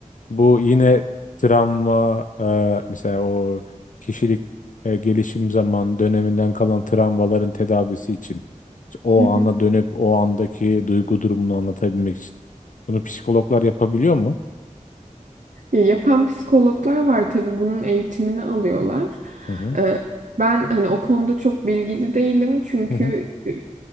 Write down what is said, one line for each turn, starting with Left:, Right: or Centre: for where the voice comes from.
Left: Bu yine travma e, mesela o kişilik e, gelişim zaman döneminden kalan travmaların tedavisi için İşte o
Right: <laughs>
Left: ana dönüp o andaki duygu durumunu anlatabilmek için. Bunu psikologlar yapabiliyor mu?
Right: Yapan psikologlar var tabii bunun eğitimini alıyorlar.
Left: Hı hı.
Right: Ee, ben hani o konuda çok bilgili değilim çünkü
Left: Hı hı.
Right: e,